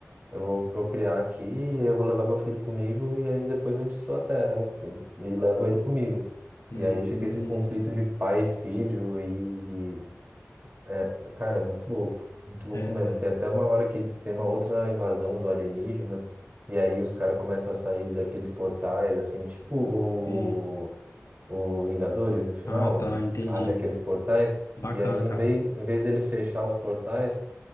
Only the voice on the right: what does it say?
eu vou procriar aqui, e eu vou levar meu filho comigo e aí depois eu destruo a Terra e levo ele comigo".
E aí fica esse conflito de pai e filho e é, cara, é muito louco. Muito louco
mesmo.
Tem até uma hora que tem uma outra invasão do alienígena, e aí os caras começam a sair daqueles portais, assim, tipo o,
o Vingadores no final,
que
abre aqueles portais,
e aí em
vez, em vez dele fechar os portais,